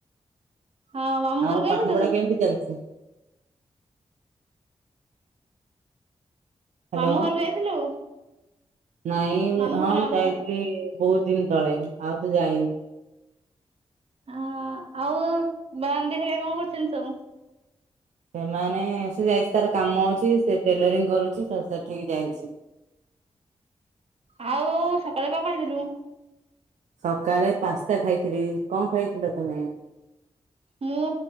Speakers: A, on the right; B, on the right.
A: ହଁ ମାମୁ
B: ଆଉ
A: ଘରକୁ ଆଇଥିଲୁ?
B: <unintelligible> ହ୍ୟାଲୋ
A: ମାମୁଁ ଘରକୁ ଯାଇଥିଲୁ।
B: ନାଇଁ ମୁଁ
A: ମାମୁଁ
B: ହଁ
A: ଘର ମାମୁଁ
B: ମୁଁ ଯାଇଥିଲି
A: ଘର।
B: ବହୁତ ଦିନ ତଳେ ଆଉ ତ ଯାଇନି।
A: ହଁ ଆଉ ବାଇଆଣି ଦିଦି ହରିକା କଣ କରୁଛନ୍ତି ସବୁ?
B: ସେମାନେ ସେ ଯାଇଛି ତାର କାମ ଅଛି ସେ ଟେଲରିଂ କରୁଛି ତ ସେଠିକି ଯାଇଛି।
A: ଆଉ ସକାଳେ କଣ ଖାଇଥିଲୁ?
B: ସକାଳେ ପାସ୍ତା ଖାଇଥିଲି, କଣ ଖାଇଥିଲ ତମେ?
A: ମୁଁ